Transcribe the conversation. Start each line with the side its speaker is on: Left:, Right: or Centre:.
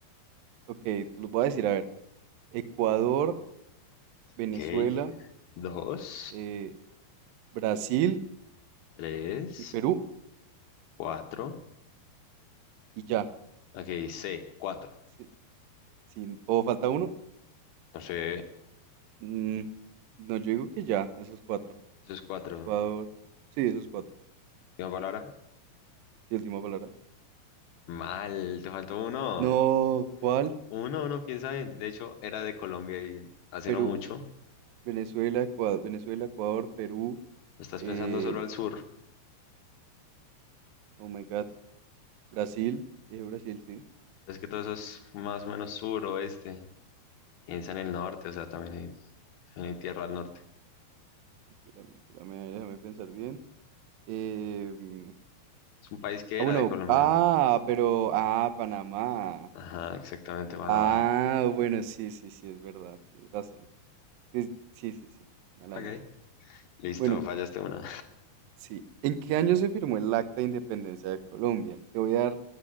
Right: Ok, te los voy a decir, a ver. Ecuador, Venezuela,
Left: Ok, 2,
Right: eh, Brasil
Left: 3,
Right: y Perú
Left: 4,
Right: y ya.
Left: Ok, C, 4.
Right: Sí, sí, ¿O falta uno?
Left: No sé,
Right: Mm, no, yo digo que ya, esos cuatro.
Left: esos cuatro.
Right: Ecuador. Sí, esos cuatro.
Left: Última palabra.
Right: Sí, última palabra.
Left: Mal, te faltó uno.
Right: No, ¿cuál?
Left: Uno, uno piensa bien. De hecho, era de Colombia y hace
Right: Perú,
Left: no mucho.
Right: Venezuela, Ecuador, Venezuela, Ecuador, Perú.
Left: Estás
Right: eh,
Left: pensando solo al sur.
Right: oh my God. Brasil. Dije Brasil, sí.
Left: Es que todo eso es más o menos sur, oeste. Piensa en el norte, o sea, también hay, también hay tierra al norte.
Right: Espérame, espérame, déjame pensar bien. Eh, mm,
Left: Es un país que
Right: ah,
Left: era
Right: bueno.
Left: de Colombia.
Right: Ah, pero. Ah, Panamá.
Left: Ajá, exactamente, Panamá.
Right: Ah, bueno, sí, sí, sí, es verdad. Tienes razón. Es- sí, sí, sí. Mala
Left: Ok.
Right: mía.
Left: Listo,
Right: Bueno,
Left: fallaste una.
Right: Sí. ¿En qué año se firmó el Acta de Independencia de Colombia? Te voy a dar